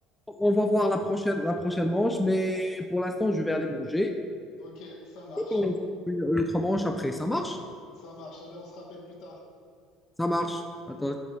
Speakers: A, in the centre; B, on the left (about 65°).
A: On, on va
B: euh,
A: voir la prochaine, la prochaine manche, mais pour l'instant, je vais aller manger.
B: ok, ça marche.
A: Et on- une autre manche après. Ça marche?
B: Ça marche. Allez, on se rappelle plus tard.
A: Ça marche. Attends,